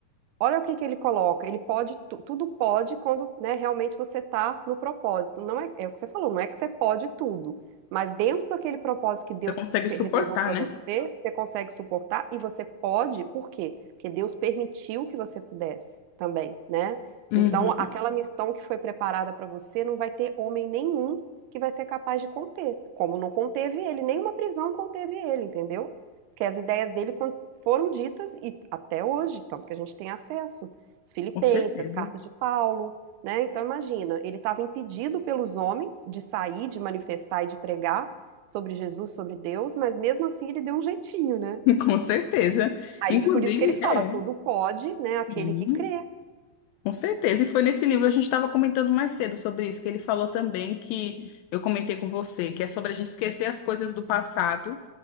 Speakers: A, on the right; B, on the left.
A: Olha o que que ele coloca. Ele pode, tu- tudo pode quando, né, realmente você está no propósito. Não é, é o que você falou, não é que você pode tudo, mas dentro daquele propósito que Deus
B: Você consegue
A: se
B: suportar,
A: reservou para
B: né?
A: você, você consegue suportar e você pode, por quê? Porque Deus permitiu que você pudesse também, né?
B: Uhum,
A: Então, aquela missão que foi preparada para você não vai ter homem nenhum que vai ser capaz de conter, como não conteve ele, nenhuma prisão conteve ele, entendeu? Porque as ideias dele con- foram ditas e até hoje, tanto que a gente tem acesso, os Filipenses,
B: com certeza.
A: as cartas de Paulo, né? Então imagina, ele estava impedido pelos homens de sair, de manifestar e de pregar sobre Jesus, sobre Deus, mas mesmo assim ele deu um jeitinho, né?
B: <laughs> Com certeza.
A: Aí
B: Inclusive,
A: por isso que ele fala,
B: é,
A: tudo pode, né,
B: sim.
A: aquele que crê.
B: Com certeza, e foi nesse livro, a gente estava comentando mais cedo sobre isso, que ele falou também que eu comentei com você, que é sobre a gente esquecer as coisas do passado